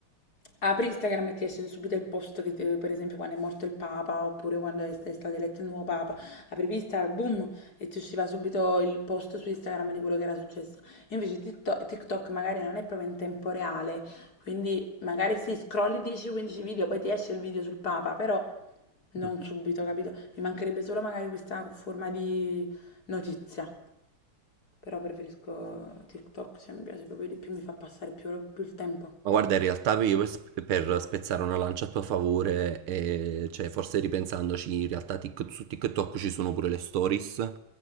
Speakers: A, on the left; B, on the right.
A: apri Instagram e ti esce subito il post che, ti- per esempio, quando è morto il Papa, oppure quando è st- è stato eletto il nuovo Papa, aprivi Instagram, boom, e ti usciva subito il post su Instagram di quello che era successo. Invece TikTok, TikTok magari non è proprio in tempo reale, quindi magari sì, scrolli 10-15 video, poi ti esce il video sul Papa, però non
B: mm.
A: subito, capito? Mi mancherebbe solo magari questa forma di notizia, però preferisco TikTok, se mi piace proprio di più, mi fa passare più, più il tempo.
B: Ma guarda, in realtà io per sp- per spezzare una lancia a tuo favore, eh, cioè forse ripensandoci, in realtà Tik- su TikTok ci sono pure le stories,